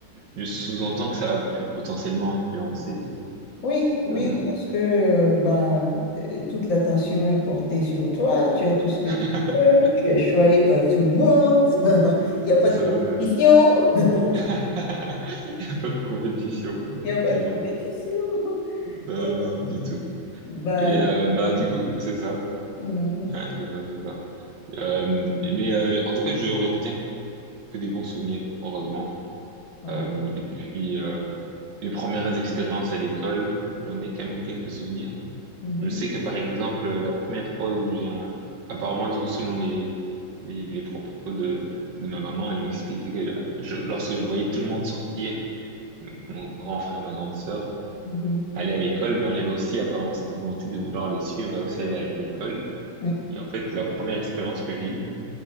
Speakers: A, on the right; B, on the left.
A: je sous-entends que ça a pu potentiellement influencer
B: Oui, oui,
A: comment...
B: parce que euh, bah, euh, toute l'attention est portée sur toi, tu as tout ce que
A: <laughs>
B: tu veux, tu es choyé par tout le monde, <laughs> il n'y a pas
A: Ça,
B: de compétition,
A: ça.
B: <laughs> il
A: <laughs> Y a Pas de compétition, effectivement.
B: n'y a pas de compétition.
A: Non,
B: <laughs>
A: non, du tout.
B: Bah,
A: Et euh, bah
B: je-
A: du coup, c'est ça.
B: Mhm.
A: Ouais, c'est ça, c'est ça. Euh, mais euh, en tout cas, je retiens que des bons souvenirs, heureusement.
B: Ouais.
A: Euh, et puis, euh, mes premières expériences à l'école, j'en ai quand même quelques souvenirs.
B: Mhm.
A: Je sais que par exemple, la première fois où j'ai un... apparemment du coup selon les les, les propos de de ma maman, elle m'expliquait que je... lorsque je voyais tout le monde sortir, mon grand frère, ma grande sœur,
B: Mhm.
A: aller à l'école, ben j'avais aussi apparemment cette volonté de vouloir les suivre et aussi aller à l'école.
B: Mhm.
A: Et en fait, la première expérience que j'ai eue